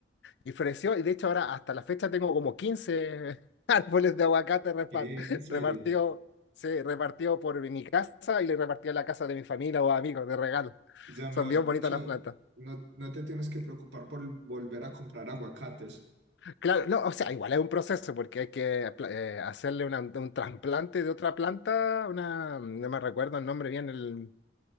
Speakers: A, on the left; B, on the right.
A: Y floreció. Y de hecho ahora hasta la fecha tengo como 15 <laughs> árboles de aguacate repa-
B: ¿Qué? ¿En serio?
A: repartido, sí, repartido por mi casa y le repartí a la casa de mi familia o amigos de regalo.
B: O sea, mejor
A: Son bien
B: dicho,
A: bonitas las plantas.
B: no, no te tienes que preocupar por volver a comprar aguacates.
A: Claro, no, o sea, igual es un proceso porque hay que apla- eh, hacerle una- un trasplante de otra planta, una, no me recuerdo el nombre bien, el,